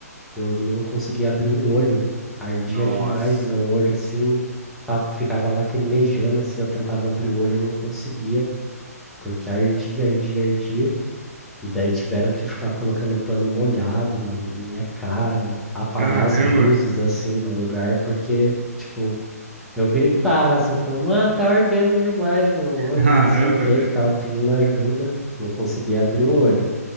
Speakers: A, in the centre; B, on the right.
A: Eu não conseguia abrir o olho, ardia
B: Nossa.
A: demais meu olho assim, tava, ficava lacrimejando assim, eu tentava abrir o olho, eu não conseguia, porque ardia, ardia, ardia, e daí tiveram que ficar colocando pano molhado na, na minha cara, apagar
B: Caramba.
A: as luzes assim do lugar, porque, tipo, eu gritava assim, falava, mano, tá ardendo demais meu olho,
B: <laughs> Caramba,
A: não sei o que,
B: cara.
A: ficava pedindo ajuda, não conseguia abrir o olho.